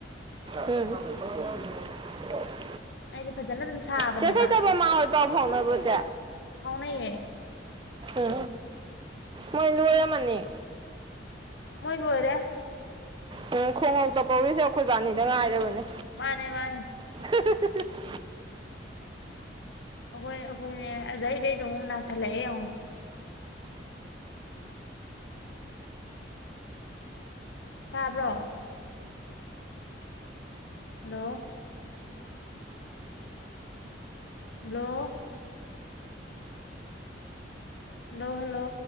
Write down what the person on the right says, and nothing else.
ꯎꯝ
<unintelligible> ꯆꯦꯁꯩꯇꯕ꯭ꯔꯣꯃꯥ ꯍꯣꯏ ꯄꯥꯎ ꯐꯥꯎꯅꯕ꯭ꯔꯣꯁꯦ
ꯎ ꯃꯣꯏ ꯂꯣꯏꯔ ꯃꯅꯤ
ꯎꯝ ꯈꯣꯡꯎꯞꯇꯣ ꯄꯧꯔꯤꯁꯦ ꯑꯩꯈꯣꯏꯕꯥꯅꯤꯗ ꯉꯥꯏꯔꯕꯅꯦ
ꯍ-ꯍ-ꯍ-ꯍ